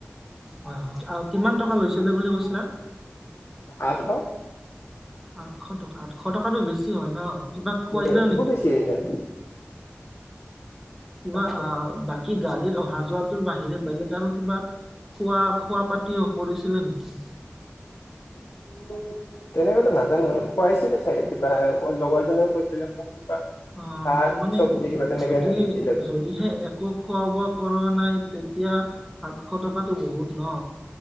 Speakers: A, in the centre; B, on the left.
A: হয়, হয় আৰু কিমান টকা লৈছিলে বুলি কৈছিলা?
B: আঠশ।
A: আঠশ টকা, আঠশ টকাতটো বেছি হয় ন, কিবা খুৱালে
B: বে- বহুত
A: নেকি?
B: বেছি হৈ যায়
A: কিবা
B: তাকে
A: আহ বাকী গাড়ীত অহা যোৱাটোৰ বাহিৰে বেলেগ আৰু কিবা? খোৱা খোৱা পাতিও কৰিছিলে নেকি?
B: উম। তেনেকেতো নাজানো খুৱাইছিলে চাই কিবা লগৰ জনেও কৈছিলে মোক কিবা
A: অ'
B: ভাত
A: মানে
B: চব্জি কিবা তেনেকে
A: যদি
B: নিছিলে বোলে
A: যদিহে আকৌ খোৱা বোৱা কৰা নাই তেতিয়া আঠশ টকাটো বহুত ন?